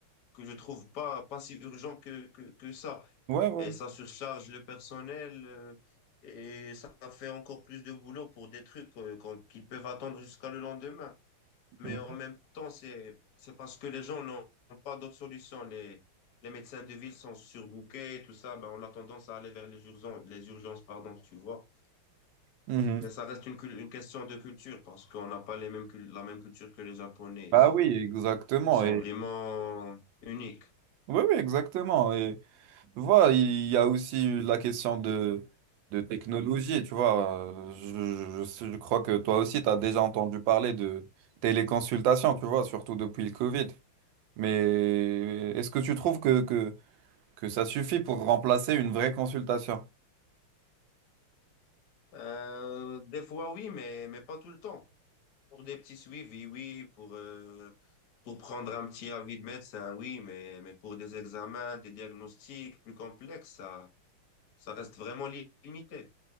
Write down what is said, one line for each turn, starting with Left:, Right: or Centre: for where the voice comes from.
Left: que je trouve pas, pas si urgent que, que, que ça.
Right: Ouais, ouais.
Left: Et ça surcharge le personnel, euh, et ça fait encore plus de boulot pour des trucs, euh, qu'on- qu'ils peuvent attendre jusqu'à le lendemain. Mais
Right: Mhm.
Left: en même temps, c'est, c'est parce que les gens n'ont n'ont pas d'autres solutions. Les, les médecins de ville sont surbookés et tout ça. Ben, on a tendance à aller vers les urgences, les urgences, pardon, tu vois.
Right: Mhm.
Left: Mais ça reste une, cul- une question de culture parce qu'on n'a pas les mêmes cul- la même culture que les Japonais.
Right: Ah
Left: Ils sont,
Right: oui, exactement.
Left: sont
Right: Et...
Left: vraiment uniques.
Right: Oui, oui, exactement. Voilà, il y a aussi la question de, de technologie, tu vois. euh, Je, je- je crois que toi aussi, tu as déjà entendu parler de téléconsultation, tu vois, surtout depuis le Covid. Mais est-ce que tu trouves que, que, que ça suffit pour remplacer une vraie consultation?
Left: Euh, des fois, oui, mais, mais pas tout le temps. Pour des petits suivis, oui. Pour, euh, pour prendre un petit avis de médecin, oui. Mais, mais pour des examens, des diagnostics plus complexes, ça, ça reste vraiment li- limité.